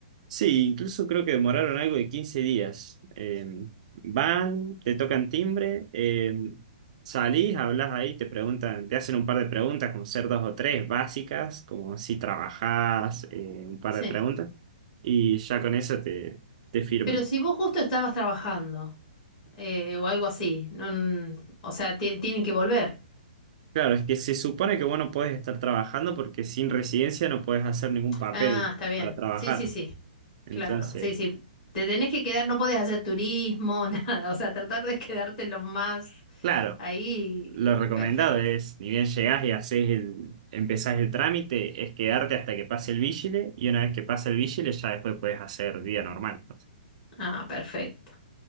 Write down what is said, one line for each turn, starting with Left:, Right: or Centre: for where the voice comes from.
Right: Sí, incluso creo que demoraron algo de 15 días. Eh, van, te tocan timbre, eh, salís, hablas ahí, te preguntan, te hacen un par de preguntas, como ser dos o tres básicas, como si trabajás, eh, un par
Left: Sí.
Right: de preguntas, y ya con eso te, te firman.
Left: Pero si vos justo estabas trabajando eh, o algo así, no, n- o sea, ti- tienen que volver.
Right: Claro, es que se supone que vos no podés estar trabajando porque sin residencia no podés hacer ningún papel
Left: Ah, está bien.
Right: para trabajar.
Left: Sí, sí, sí.
Right: Entonces,
Left: Claro, sí, sí. Te tenés que quedar, no podés hacer turismo, <laughs> nada. O sea, tratar de quedarte lo más
Right: claro,
Left: ahí.
Right: Lo recomendado
Left: Perfecto.
Right: es, ni bien llegás y haces el, empezás el trámite, es quedarte hasta que pase el vigile y una vez que pasa el vigile ya después puedes hacer día normal.
Left: Ah, perfecto.